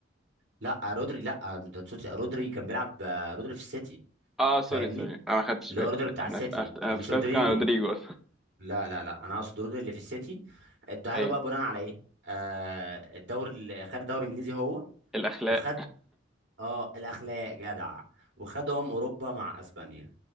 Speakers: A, on the right; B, in the centre.
A: لا رودري لا آه، ما تقصدش رودري كان بيلعب آه، رودري في السيتي
B: اه سوري
A: فاهمني
B: سوري انا ما خدتش
A: اللي
B: بالي
A: هو رودري بتاع
B: انا
A: السيتي
B: أنا
A: آه، مش
B: فكرت
A: رودريجو
B: كان رودريجو اصلا
A: لا لا لا انا اقصد رودري اللي في السيتي اداها
B: ايوه
A: له بقى بناء على ايه آه الدوري اللي خد الدوري الانجليزي هو
B: الاخلاق
A: وخد اه الاخلاق جدع وخد امم اوروبا مع اسبانيا